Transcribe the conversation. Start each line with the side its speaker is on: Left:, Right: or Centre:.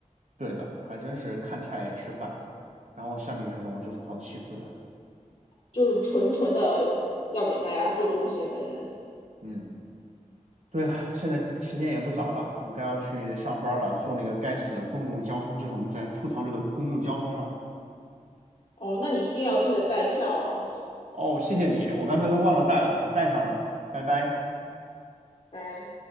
Right: 对的，还真是看菜吃饭，然后像你这种就是好欺负的。
Left: 就是纯纯的要给大家做贡献的人。
Right: 嗯。对了，现在时间也不早了，我该要去上班了，坐那个该死的公共交通，就是我们在吐槽这个公共交通了。
Left: 哦，那你一定要记得带票哦，
Right: 哦，谢谢你，我刚才都忘了带了，我带上了，拜拜。
Left: 拜。